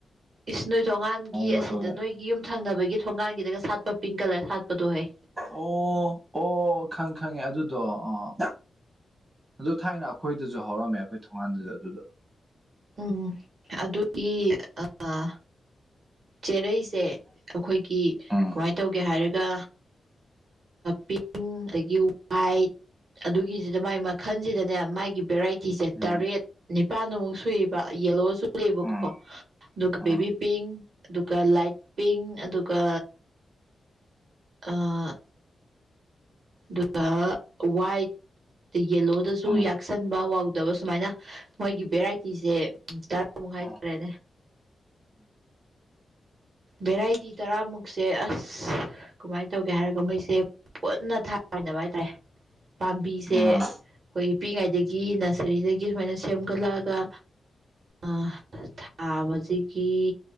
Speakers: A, on the right; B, on the right.
A: ꯏꯁ ꯅꯣꯏ ꯊꯣꯡꯒꯥꯟꯒꯤ
B: ꯃꯇꯧꯁꯦ
A: ꯑꯁꯤꯗ ꯅꯣꯏꯒꯤ ꯌꯨꯝ ꯊꯪꯅꯕꯒꯤ ꯊꯣꯡꯒꯥꯟꯒꯤꯗꯒ ꯁꯥꯠꯄ ꯄꯤꯡ ꯀꯂꯔ ꯁꯥꯠꯄꯗꯣ ꯍꯩ
B: ꯑꯣ ꯑꯣ ꯈꯪ ꯈꯪꯉꯦ ꯑꯗꯨꯗꯣ ꯑ ꯑꯣ ꯑꯗꯣ ꯊꯥꯏꯅ ꯑꯩꯈꯣꯏꯗꯁꯨ ꯍꯧꯔꯝꯃꯦ ꯑꯩꯈꯣꯏ ꯊꯣꯡꯒꯜꯗꯁꯨ ꯑꯗꯨꯗ
A: ꯎꯝ ꯑꯗꯨꯒꯤ ꯑꯥ ꯆꯦꯔꯩ ꯁꯦ ꯑꯩꯈꯣꯏꯒꯤ
B: ꯎꯝ
A: ꯀꯃꯥꯏꯅ ꯇꯧꯒꯦ ꯍꯥꯏꯔꯒ ꯄꯤꯡ ꯑꯗꯒꯤ ꯋꯥꯏꯠ ꯑꯗꯨꯒꯤꯁꯤꯗ ꯃꯥꯏ ꯃꯈꯜꯁꯤꯗꯅꯦ ꯃꯥꯥꯏꯒꯤ ꯚꯦꯔꯥꯏꯇꯤ ꯀꯆꯔꯠ
B: ꯎꯝ
A: ꯇꯔꯦꯠ ꯅꯤꯄꯥꯜꯃꯨꯛ ꯁꯨꯏꯑꯕ ꯌꯦꯜꯂꯣ ꯁꯨ UNINTELLIGIBLE
B: ꯎꯝ
A: ꯑꯗꯨꯒ
B: ꯎꯝ
A: ꯕꯦꯕꯤ ꯄꯤꯡ ꯑꯗꯨꯒ ꯂꯥꯏꯠ ꯄꯤꯡ ꯑꯗꯨꯒ ꯑꯥ ꯑꯗꯨꯒ ꯋꯥꯏꯠ ꯌꯦꯂꯣꯗꯁꯨ
B: ꯎꯝ
A: ꯌꯥꯛꯁꯟꯕ ꯋꯥꯎꯗꯕ ꯁꯨꯃꯥꯏꯅ ꯃꯣꯏꯒꯤ ꯚꯦꯔꯥꯏꯇꯤꯁꯦ ꯇꯔꯥꯃꯨꯛ ꯍꯥꯏꯇꯥꯔꯦꯅꯦ
B: ꯎꯝ
A: ꯚꯦꯔꯥꯏꯇꯤ ꯇꯔꯥꯃꯨꯛꯁꯦ ꯑꯁ ꯀꯃꯥꯏꯅ ꯇꯧꯒꯦ ꯍꯥꯏꯔꯒ ꯃꯩꯁꯦ ꯄꯨꯟꯅ ꯊꯥꯃꯤꯟꯅꯕ ꯍꯥꯏꯇꯥꯔꯦ ꯄꯥꯝꯕꯤꯁꯦ
B: ꯎꯝ
A: ꯑꯩꯈꯣꯏꯒꯤ ꯄꯤꯛꯏꯉꯩꯗꯒꯤ ꯅꯁꯥꯔꯤꯗꯒꯤ ꯁꯨꯃꯥꯏꯅ ꯁꯦꯝꯒꯠꯂꯥꯛꯑꯒ ꯑꯥ ꯊꯥꯕꯁꯤꯒꯤ